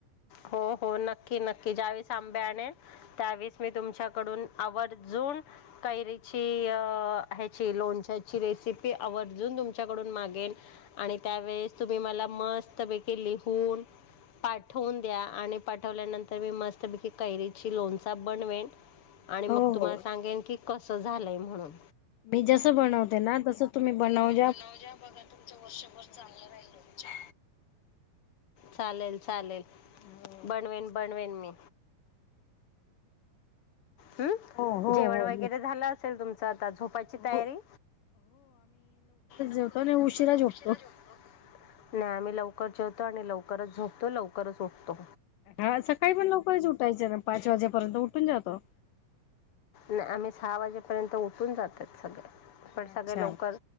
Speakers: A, on the left; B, on the left.
A: हो नक्की नक्की ज्या वेळेस त्याने त्यावेस मी तुमच्याकडून आवर्जून कैरीची ह्याची लोणच्याची रेसिपी आवर्जून तुमच्या कडून मागेन. आणि त्यावेळेस तुम्ही मला मस्त मस्तपैकी लिहून पाठवून द्या आणि पाठवल्यानंतर मी मस्तपैकी कैरीची लोणचा बनवेन आणि
B: हो
A: मग तुम्हाला
B: हो
A: सांगेन की कसं झालंय म्हणून
B: मी जसं बनवते ना तस तुम्ही बनव
A: ब नवजा बघा तुमचं वर्षभर चांगलं राहिल तुमच्या चालेल चालेल
B: हो.
A: बनवेन बनवेन मी हम्
B: हो हो
A: जेवण
B: हो
A: वगैरे
B: मी
A: झालं असेल तुमच आता झोपाची तयारी
B: हो
A: लवकरच
B: ेवतो आणि
A: जेवतो
B: उशीरा झोपतो
A: उशिरा झोपतो नाही आम्ही लवकर जेवतो आणि लवकरच झोपतो लवकरच उठतो
B: हा सकाळी पण लवकरच उठायचं ना पाच वाजेपर्यंत उठून जातो
A: नाही आम्ही सहा वाजेपर्यंत उठून जातात सगळ्यात
B: अच्छा.
A: पण सगळे लवकर